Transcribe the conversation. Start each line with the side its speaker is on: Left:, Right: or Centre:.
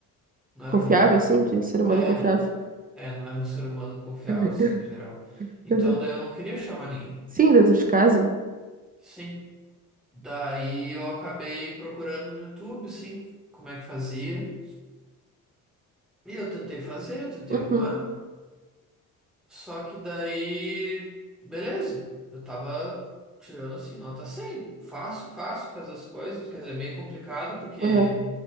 Centre: Não era
Right: Confiável,
Centre: um.
Right: sim, de um ser humano
Centre: É,
Right: confiável.
Centre: é, não era um ser humano confiável,
Right: <laughs>
Centre: assim, no geral. Então
Right: Uhum.
Centre: daí eu não queria chamar ninguém.
Right: Sim, dentro de casa.
Centre: Sim. Daí eu acabei procurando no YouTube, assim, como é que fazia. E eu tentei fazer, eu tentei
Right: Uhum.
Centre: arrumar. Só que daí, beleza. Eu tava tirando assim, nota cem Fácil, fácil fazer as coisas. Quer dizer, é meio complicado porque
Right: Aham.